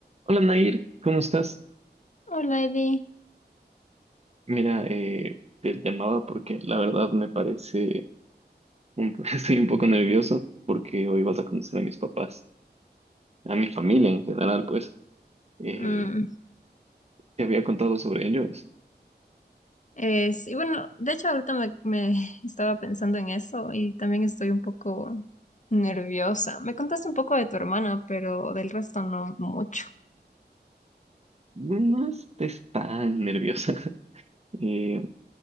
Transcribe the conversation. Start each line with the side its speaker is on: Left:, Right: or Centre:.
Right: Hola Nair, ¿cómo estás?
Left: Hola, Eddie.
Right: Mira, eh, te llamaba porque la verdad me parece, un- <laughs> estoy un poco nervioso porque hoy vas a conocer a mis papás, a mi familia en general, pues. Eh,
Left: Mm,
Right: te había contado sobre ellos.
Left: es, y bueno, de hecho ahorita me, me estaba pensando en eso y también estoy un poco nerviosa. Me contaste un poco de tu hermana, pero del resto no mucho.
Right: No estés tan nerviosa. <laughs> Eh,